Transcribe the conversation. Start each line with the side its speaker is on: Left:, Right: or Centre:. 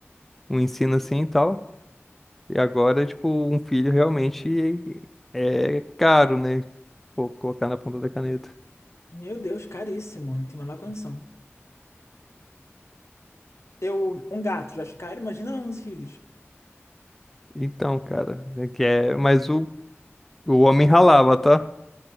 Centre: um ensino assim e tal. E agora, tipo, um filho realmente é caro, né? Pô, colocar na ponta da caneta.
Left: Meu Deus, caríssimo, não tem a menor condição. Eu, um gato, já acho caro, imagina 11 filhos.
Centre: Então, cara, é que é... mas o, o homem ralava, tá?